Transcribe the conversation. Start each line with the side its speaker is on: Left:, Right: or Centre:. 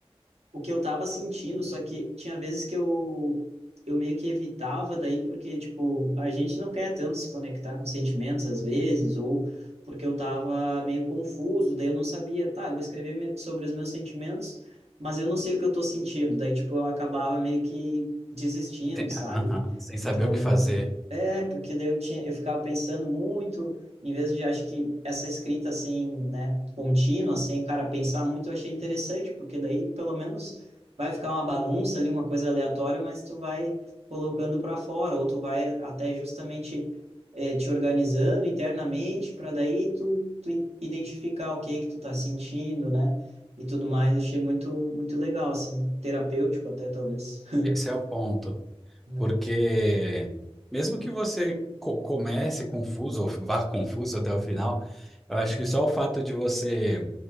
Right: o que eu estava sentindo, só que tinha vezes que eu, eu meio que evitava daí, porque, tipo, a gente não quer tanto se conectar com sentimentos às vezes, ou porque eu estava meio confuso, daí eu não sabia, tá, eu vou escrever me- sobre os meus sentimentos, mas eu não sei o que eu estou sentindo, daí, tipo, eu acabava meio que desistindo,
Centre: Sem-
Right: sabe?
Centre: aham, sem saber
Right: Então,
Centre: o que fazer.
Right: é, porque daí eu tinha, eu ficava pensando muito, em vez de, acho que essa escrita assim, né, contínua, assim, cara, pensar muito, eu achei interessante, porque daí pelo menos vai ficar uma bagunça ali, uma coisa aleatória, mas tu vai colocando para fora, ou tu vai até justamente eh, te organizando internamente, para daí tu, tu identificar o que que tu tá sentindo, né, e tudo mais. Achei muito, muito legal, assim, terapêutico até, talvez. <laughs>
Centre: Esse é o ponto.
Right: É,
Centre: Porque mesmo que você co- comece confuso ou vá confuso até o final, eu acho
Right: Hum,
Centre: que só o fato de você